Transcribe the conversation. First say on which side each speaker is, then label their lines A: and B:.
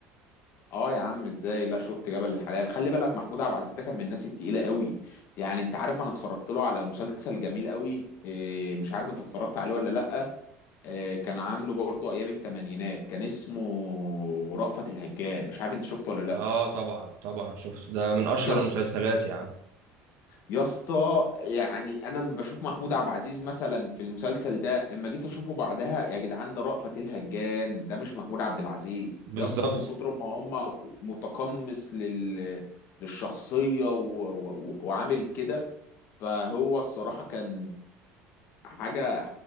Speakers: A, on the left (about 55°); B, on the right (about 60°).
A: اه يا عم ازاي لا شفت جبل الحلال خلي بالك محمود عبد العزيز ده كان من الناس التقيلة قوي يعني انت عارف انا اتفرجت له على مسلسل جميل قوي إيه مش عارف انت اتفرجت عليه ولا لا آه، كان عامله برضه ايام الثمانينات كان اسمه رأفت الهجان مش عارف انت شفته ولا لا
B: اه طبعا طبعا شفته ده من اشهر
A: يس
B: المسلسلات يا عم
A: يا اسطى يعني انا لما بشوف محمود عبد العزيز مثلا في المسلسل ده اما جيت اشوفه بعدها يا جدعان ده رأفت الهجان ده مش محمود عبد العزيز
B: بالظبط
A: يا اسطى من كتر ما هم متقمص لل للشخصية و... و... وعامل كده فهو الصراحة كان حاجة